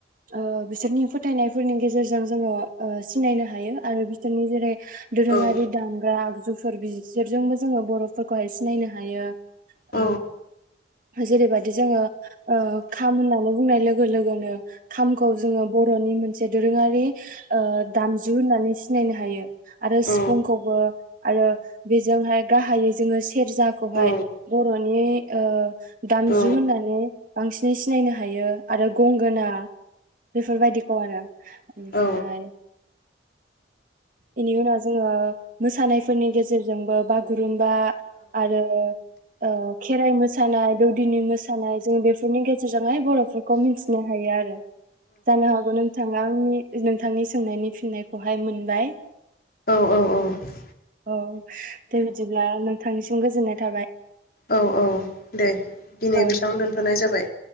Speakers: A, on the right (about 45°); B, on the left (about 55°).
A: ओ बिसोरनि फोथायनायफोरनि गेजेरजों जोङो ओ सिनायनो हायो आरो बिसोरनि जेरै दोरोङारि
B: औ औ
A: दामग्रा आगजु फोर बिसोरजोंबो जोङो बर'फोरखौहाय सिनायनो हायो
B: औ
A: ओ जेरैबायदि जोङो ओ खाम होननानै बुंनाय लोगो गोलोगोनो खामखौ जोङो बर'नि मोन से दोरोङारि ओ दामजु होननानै सि सिनायनो हायो। आरो
B: औ
A: सिफुंखौबो आरो बेजोंहाय गाहायै जोङो सि सेरजाखौहाय
B: औ
A: बर'नि ओ दामजु
B: औ
A: होननानै बांसिनै सिनायनो हायो। आरो गंगोना। बेफोरबायदिखौ आरो ओमफ्राय
B: औ
A: बेनि उनाव जोङो मोसानायफोरनि गेजेरजोंबो बागुरुम बा आरो ओ खेराइ मोसानाय दौदिनि मोसानाय जों बेफोरनि गेजेरजों बर'फोरखौ मिथिनो हायो आरो जानो हागौ नोंथाङा आंनि नोंथांनि सोंनायनि फिननायखौहाय मोनबाय।
B: औ
A: औ दे बिदिब्ला नों थांनिसिम गोजोननाय थाबाय।
B: औ औ दे दिनै
A: औ
B: बेसांआवनो
A: दे
B: दोनथ'नाय जाबाय।